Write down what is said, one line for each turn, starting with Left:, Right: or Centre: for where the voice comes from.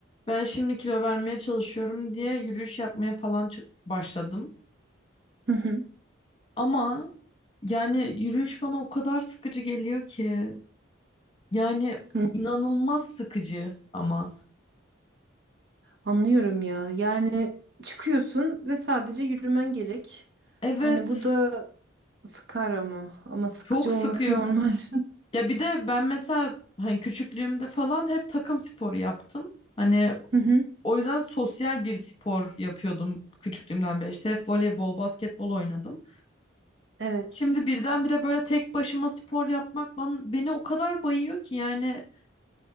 Left: Ben şimdi kilo vermeye çalışıyorum diye yürüyüş yapmaya falan çı- başladım.
Right: Hı hı.
Left: Ama yani yürüyüş bana o kadar sıkıcı geliyor ki. Yani
Right: Hı.
Left: inanılmaz sıkıcı ama.
Right: Anlıyorum ya. Yani çıkıyorsun ve sadece yürümen gerek.
Left: Evet,
Right: Hani bu da sıkar ama. Ama sıkıcı
Left: çok sıkıyor.
Right: olması normal. <laughs>
Left: Ya bir de ben mesela hani küçüklüğümde falan hep takım sporu yaptım. Hani
Right: Hı hı.
Left: o yüzden sosyal bir spor yapıyordum küçüklüğümden beri. İşte hep voleybol, basketbol oynadım.
Right: Evet.
Left: Şimdi birdenbire böyle tek başıma spor yapmak bana, beni o kadar bayıyor ki yani